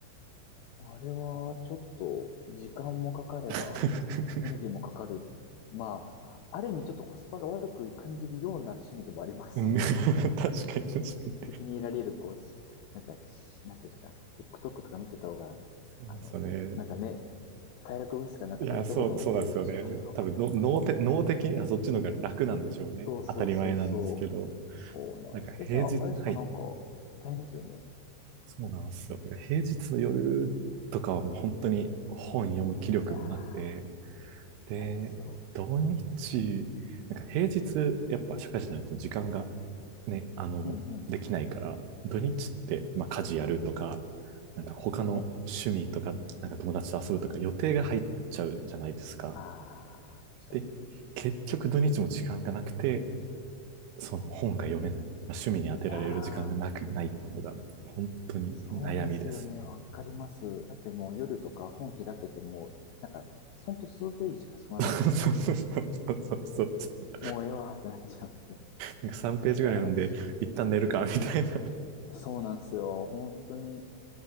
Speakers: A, on the left; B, on the right.
A: あれは、ちょっと、時間もかかれば、
B: <laughs>
A: エネルギーもかかる。まあ、ある意味ちょっとコスパが悪く感じるような趣味でもありますよね。
B: うん
A: そのなんか、
B: <laughs> 確かに確かに。
A: 一時的に得られる、こうし、なんか、しなんていうんですか、TikTok とか見てた方が、
B: そうなんですよね。
A: あの、なんかね、快楽物質がなんか多分ドボドボ出てるんでしょうけど。
B: いや、そう、そうなんですよね。多分の、脳て、脳的にはそっちの方が楽なんでしょうね。
A: そうそうそうそう。
B: 当たり前なんですけど。
A: そうなんです。
B: なんか平日、
A: え、じゃあ、あれですか、
B: はい。
A: なんか、大変ですよね。
B: そうなんですよ。だから平日の夜とかはもう本当に本読む気力もなくて、
A: いや
B: で、
A: ー、ないですよ。
B: 土日、なんか平日、やっぱ社会人になると時間がね、あの、
A: うんう
B: できないから、土日って、まあ家事やるとか、なんか他の趣味とか、
A: ん。ね。
B: なんか友達と遊ぶとか予定が入っちゃうじゃないですか。
A: あー、確かに。
B: で、結局土日も時間がなくて、その本が読めない、まあ、趣味に当てられる時間がなく、
A: いやー、
B: ないっていうのが本当に悩みですね。
A: そうですよね。わかります。だってもう夜とか本開けても、なんか、ほんと数ページしか進まないですもん。
B: そうそうそうそうそう
A: もうええわーってなっちゃうんで。
B: なんか3ページぐらい読んで、
A: いやーし、
B: 一旦寝るか、みたいな。
A: そうなんですよ。本当に。